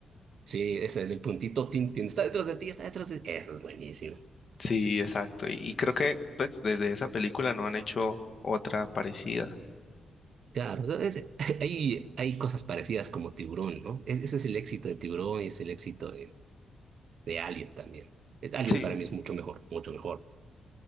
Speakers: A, on the right; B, on the left.
A: Sí, ese del puntito tin, tin, está detrás de ti, está detrás de ti. Eso es buenísimo.
B: Sí, exacto. Y, y creo que pues desde esa película no han hecho otra parecida.
A: Claro, eso es- <laughs> hay, hay cosas parecidas como Tiburón, ¿no? Es- ese es el éxito de Tiburón y es el éxito de Alien también. Eh, Alien
B: Sí,
A: para mí es mucho mejor, mucho mejor.